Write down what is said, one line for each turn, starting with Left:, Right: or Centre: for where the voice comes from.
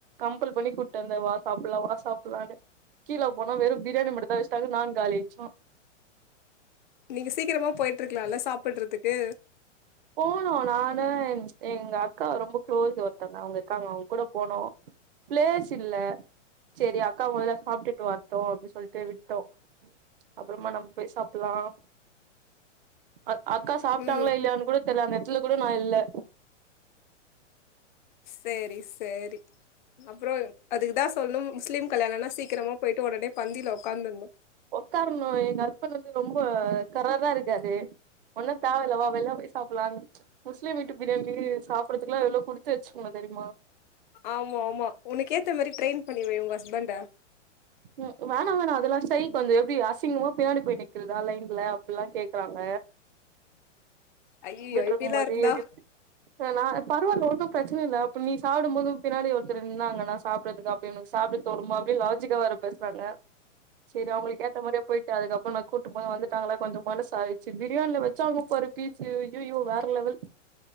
Right: கம்ப்பல் பண்ணி கூட்வந்தே வா சாப்பல்லா வா சாப்பல்லான்னு கீழ போனா வெறும்பிரியாணி மட்டுந்தா வச்டாங்க நாங் காலியாச்சோ
Left: நீங்க சீக்கிரமா போயிட்ருக்கலால்ல சாப்பிட்றதுக்கு
Right: போனோ நானு எங்க அக்கா ரொம்ப குளோஸ் ஒருத்தங்க அவ்ங்க இக்காங்க அவ்ங்க கூட போனோ பிளேஸ் இல்ல சரி அக்கா முதல்ல சாப்பட்டுட் வரட்டு அப்டி சொல்ட்டு விட்டோ அப்புறமா நம்ம போய் சாப்லாம் அ அக்கா சாப்ட்டாங்களா
Left: ம்
Right: இல்லையான்னு கூட தெர்ல அந்த எட்த்துல கூட நா இல்ல.
Left: செரி சேரி அப்றோ அதுக்குதா சொல்லும் முஸ்லீம் கல்யாணோனா சீக்கிரமா போயிட்டு ஒடனே பந்தியல ஒக்காந்தர்ணு
Right: ஒக்காரணு எங்க ஹஸ்பண்ட் வந்து ரொம்ப கராரா இருக்காரு ஒன்னுந் தேவயில்ல வா வெள்ல போய் சாப்லான்னு. முஸ்லீம் வீட்டு பிரியாணி சாப்பட்றதுக்கெல்லா எவ்ளோ குடுத்து வச்சுக்கணு தெரியுமா?
Left: ஆமாமா உனக்கேத்த மாரி ட்ரெயின் பண்ணி வை உங் ஹஸ்பண்ட.
Right: ம் வேணா வேணா அதெல்லா சைக் வந்து எப்டி அசிங்கமா பின்னாடி போய் நிக்றதா லைன்ல அப்பில்லா கேக்றாங்க
Left: அய்யயோ இப்டியெல்லாயிருந்தா.
Right: இருக்கும் போது எப்டி நா பரவால்ல ஒன்னு பிரச்சினயில்ல அப்ப நீ சாப்டும்போது உ பின்னாடி ஒருத்தர் நின்னாங்கன்னா சாப் <unintelligible> அப்பயுனக்கு சாப்ட தோணுமா அப்டி லாஜிக் வேற பேசுவாங்க சரி அவ்ங்ளுக்கு ஏத்த மாரியே போயிட்டு அதுக்கப்ப நா கூட்டு போக வந்துட்டாங்ளா கொஞ்ச மனசு ஆறிச்சு பிரியாணில வச்சாங்க பாரு பீஸ்சு அய்யயோ வேற லெவல்.